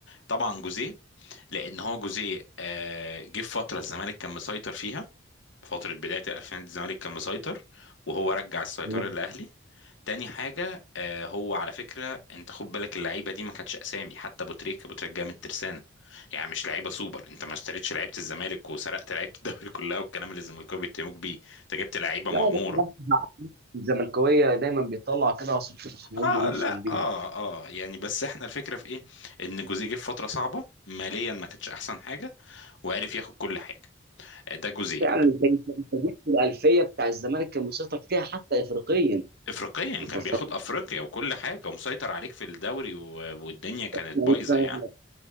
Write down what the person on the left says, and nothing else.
طبعا جوزيه لان هو جوزيه آه، جه في فتره الزمالك كان مسيطر فيها فتره بدايه الالفينات الزمالك كان مسيطر وهو رجع السيطره
للاهلي تاني حاجه آه، هو على فكره انت خد بالك اللعيبه دي ما كانتش اسامي حتى ابو تريكه ابو تريكه جاي من الترسانه يعني مش لعيبه سوبر انت ما اشتريتش لعيبه الزمالك وسرقت لعيبه <laughs> الدوري كلها والكلام اللي الزمالكاوي بيتهموك بيه انت جبت لعيبه
مغموره
اه لا
اه اه يعني بس احنا الفكره في ايه ان جوزيه جه في فتره صعبه ماليا ما كانتش احسن حاجه وعرف ياخد كل حاجه ده جوزيه
افريقيا
كان
بياخد افريقيا وكل حاجه ومسيطر عليك في الدوري و... والدنيا كانت
بايظه يعني